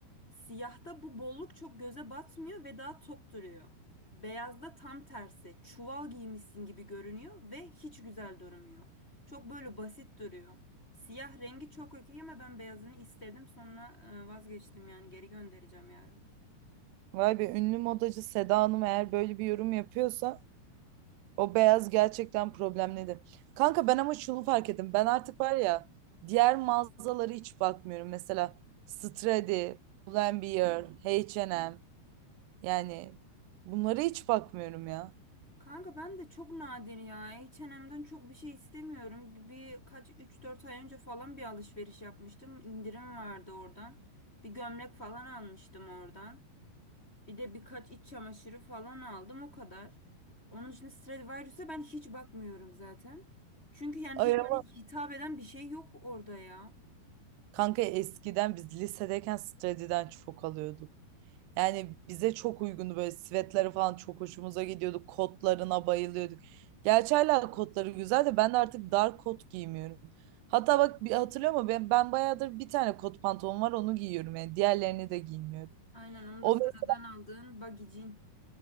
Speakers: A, on the left (about 20°); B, on the right (about 80°).
A: Siyahta bu bolluk çok göze batmıyor ve daha tok duruyor. Beyazda tam tersi çuval giymişsin gibi görünüyor ve hiç güzel durmuyor. Çok böyle basit duruyor. Siyah rengi çok okey ama ben beyazını istedim sonra e, vazgeçtim yani geri göndereceğim yarın.
B: Vay be ünlü modacı Seda Hanım eğer böyle bir yorum yapıyorsa O beyaz gerçekten problemliydi. Kanka ben ama şunu fark ettim. Ben artık var ya diğer mağazaları hiç bakmıyorum. Mesela Stradi, Pull&Bear, H&M yani bunlara hiç bakmıyorum ya.
A: Kanka ben de çok nadir ya. H&M'den çok bir şey istemiyorum. Bir kaç üç dört ay önce falan bir alışveriş yapmıştım. İndirim vardı oradan. Bir gömlek falan almıştım oradan. Bir de birkaç iç çamaşırı falan aldım o kadar. Onun dışında Stradivarius'a ben hiç bakmıyorum zaten. Çünkü yani hiç
B: Ay
A: bana
B: ama
A: hitap eden bir şey yok orada ya.
B: kanka eskiden biz lisedeyken Stradi'den çok alıyorduk. Yani bize çok uygundu böyle sivetleri falan çok hoşumuza gidiyordu. Kotlarına bayılıyorduk. Gerçi hala kotları güzel de ben de artık dar kot giymiyorum. Hatta bak bir hatırlıyor musun? Ben, ben bayağıdır bir tane kot pantolon var onu giyiyorum yani. Diğerlerini de giymiyorum.
A: Aynen onu
B: O
A: da Zara'dan
B: mes-
A: aldığın bagicin.